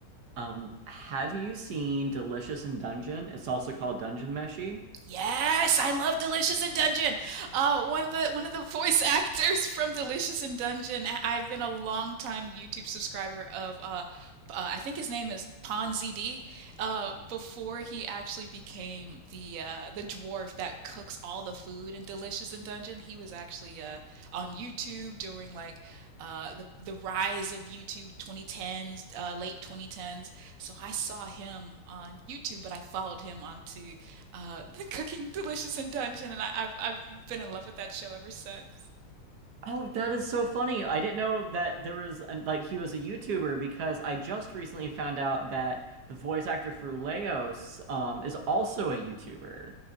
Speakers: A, on the right (about 55°); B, on the right (about 80°).
A: Um, have you seen Delicious in Dungeon? It's also called Dungeon Meshi.
B: Yes, I love Delicious in Dungeon. Uh, one of the one of the voice <laughs> actors from Delicious in Dungeon. I- I've been a long time YouTube subscriber of. Uh, uh, I think his name is Ponzd. Uh, before he actually became the uh, the dwarf that cooks all the food in Delicious and Dungeon. He was actually uh, on YouTube during like uh, the the rise of YouTube 2010s, uh, late 2010s. So I saw him on YouTube, but I followed him onto uh, <laughs> the Cooking Delicious and Dungeon, and I, I've I've been in love with that show ever since.
A: Oh, that is so funny. I didn't know that there was an, like he was a YouTuber because I just recently found out that the voice actor for Leos um is also a YouTuber.